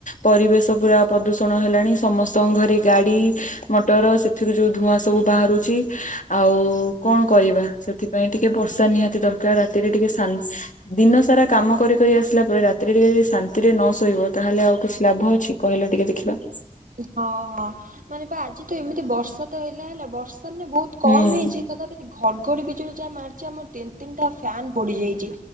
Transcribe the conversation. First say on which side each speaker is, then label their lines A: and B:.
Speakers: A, on the left; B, on the right.
A: ପରିବେଶପୁରା ପ୍ରଦୂଷଣ ହେଲାଣି ସମସ୍ତଙ୍କ ଘରେ ଗାଡି ମଟର ଯୋଉ ଧୂଆଁ ସବୁ ବାହାରୁଛି ଆଉ କଣ କରିବା ସେଥିପାଇଁ ଟିକେ ବର୍ଷା ନିହାତି ଦରକାର ରାତିରେ ଟିକେ ଦିନ ସାରା କାମ କରି କରି ଆସିଲା ପରେ ରାତିରେ ଟିକେ ଯଦି ଶାନ୍ତିରେ ନ ଶୋଇବ ତା ତାହେଲେ ଆଉ କିଛି ଲାଭ ଅଛି କହିଲେ ଟିକେ ଦେଖିବା
B: ହଁ ହଁ ମାନେ ବା ଆଜି ତ ଏମିତି ବର୍ଷା ତ ହେଲା ହେଲା ବର୍ଷ ମାନେ ବହୁତ କମ
A: ହୁଁ
B: ହେଇଚି ତଥାପି ଘଡଘଡି ବିଜୁଳି ଯାହା ମାରିଚି ଆମର ତିନି ତିନିଟା ଫ୍ୟାନ ପୋଡିି ଯାଇଚି।